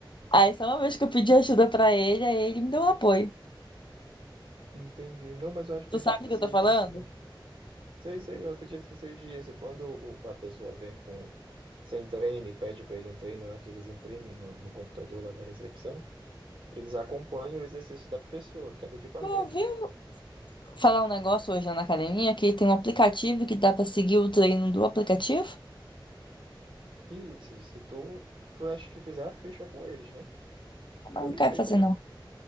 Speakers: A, on the left; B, on the right.
A: Aí só uma vez que eu pedi ajuda pra ele, aí ele me deu um apoio.
B: Entendi. Não, mas eu acho- acredito
A: Tu sabe
B: que
A: o que
B: seja
A: eu tô falando?
B: isso mesmo. Sei, sei, eu acredito que seja isso. Quando o- a pessoa vem com sem treino e pede para ele um treino lá que eles imprimem no, no computador lá da recepção, eles acompanham o exercício da pessoa, cada equipamento.
A: Tu ouviu? falar um negócio hoje lá na academia que tem um aplicativo que dá pra seguir o treino do aplicativo?
B: Isso, se tu, eu acho que fizer a ficha com eles, né?
A: Mas
B: Eu
A: não
B: não
A: quero
B: sei
A: fazer,
B: como
A: não.
B: é.